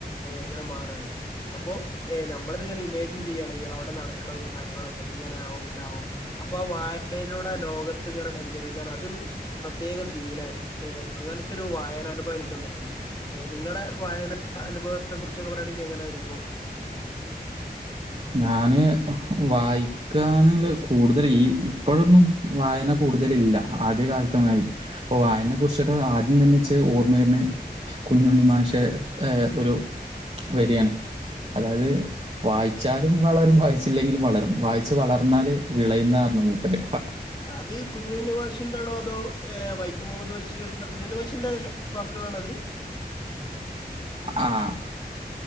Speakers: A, on the left; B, on the right.
A: ഏഹ് ഇങ്ങനെ മാറുവാണ് അപ്പോ ഏ നമ്മള് ഇതിങ്ങനെ ഇമാജിൻ ചെയ്യുകയാണ് അവിടെ നടക്കണതും കാര്യങ്ങളൊക്കെ ഇങ്ങനാവും ഇങ്ങനാവും അപ്പൊ ആ വായനയിലൂടെ ലോകത്ത് ഇങ്ങനെ സഞ്ചരിക്കാനതൊരു പ്രത്യേക ഫീലായിരുന്നു ക്ഷേ അങ്ങനത്തെ ഒരു വായനനുഭവം എനിക്കിണ്ടായിട്ടുണ്ട് ഏ നിങ്ങളടെ വായന അനുഭവത്തെ കുറിച്ചൊക്കെ പറയാണെങ്കി എങ്ങനയിരിക്കും
B: ഞാന് വായിക്കാനെല് കൂടുതൽ ഈ ഇപ്പോഴൊന്നും വായന കൂടുതലില്ല ആദ്യ കാലത്തെ മാതിരി ഇപ്പൊ വായന <inaudible>
A: അത
B: ആദ്യം തന്നെ ച് ഓർമ്മയിരുന്ന് കുഞ്ഞുണ്ണി മാഷ് ഏഹ് ഒരു വരിയാണ് അതായത് വായി വായിച്ചാലും വളരും വായിച്ചില്ലെങ്കിലും വളരും വായിച്ച് വളർന്നാല് വിളയുന്നാണ് മുപ്പര്
A: അത് കുഞ്ഞുണ്ണിമാഷിന്റെണോ അതോ ഏഹ് വൈ വൈക്കം മുഹമ്മദ് ബഷീറിന്റെ കുഞ്ഞുണ്ണി മാഷിന്റെ വാക്കുകളാണോ അത്
B: ആഹ്